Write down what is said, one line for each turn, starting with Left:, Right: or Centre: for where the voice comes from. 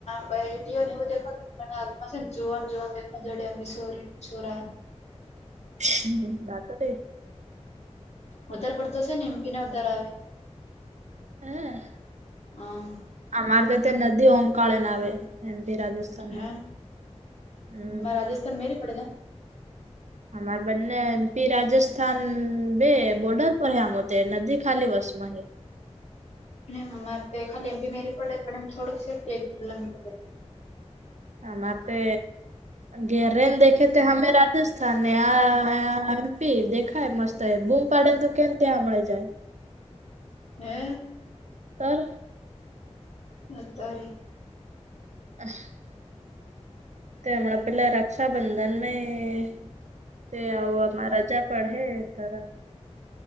Left: ભાઈયો ને એવું દેખોને અને આગમાં છે જોવાન જોવાન દેખવા જડે આવી છો છોરા
Right: હ વાતોટ
Left: વધારે પડતોશે એમપી ને વધાર આવે
Right: હમ
Left: હમ
Right: અમારે તો તે નદી ઓંકાળે ને આવે એમથી રાજસ્થાન
Left: હમ હે
Right: હમ
Left: એમાં <inaudible>
Right: અમાર બંને એમપી રાજસ્થાન હમ બે બોર્ડર પર હ આમતે નદી ખાલી વસમ હ
Left: એમ અમારે તો ખાલી એમપી મેરી પડે પણ એમ થોડુંક સેફ્ટી એક કિલોમીટર
Right: અમાર તે ગેરરેન દેખે તે હમે રાજસ્થાન ને આ એમપી દેખાય મસ્ત એ બૂમપડે તો કેમ ત્યાં મળે જાય
Left: હે
Right: ઓર
Left: અતારે
Right: <unintelligible> તે હમણાં પેલા રક્ષાબંધનમાં તે આવ રાજા પડે સરસ